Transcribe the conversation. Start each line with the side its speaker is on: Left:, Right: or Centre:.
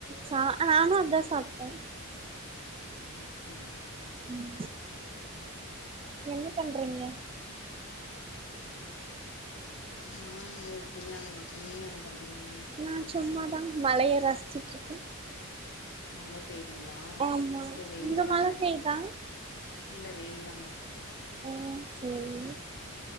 Right: சா நானு அதா சாப்ட்ட
Left: ம்ம்
Right: ம் என்ன பண்றீங்க
Left: நா இங்க ஃப்ரீயா தாங்கருப்ப நீங்க என்ன பண்றீங்க
Right: நா சும்மாதா மழய ரசிச்சிட்டு இருக்கே
Left: மழ பெய்துங்ளா
Right: ஆமா
Left: இங்க வெயிலு
Right: அங்க
Left: தாங்க
Right: மழ
Left: அடிக்
Right: பெய்தா
Left: இல்ல வெயில் தாங்க அடிக்குது
Right: ம் செரி